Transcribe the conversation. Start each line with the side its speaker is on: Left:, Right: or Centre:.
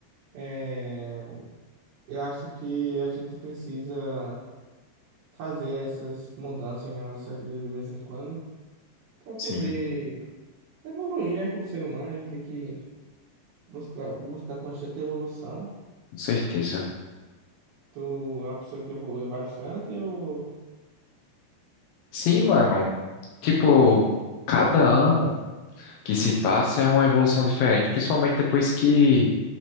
Right: É, eu acho que a gente precisa. fazer essas mudanças na nossa vida de vez em quando para poder
Left: Sim,
Right: evoluir, né? Como ser humano, a gente tem que buscar, buscar constante evolução.
Left: com certeza.
Right: Tu é uma pessoa que evolui bastante ou,
Left: Sim,
Right: ou
Left: mano.
Right: não?
Left: Tipo, cada ano que se passa é uma evolução diferente. Principalmente depois que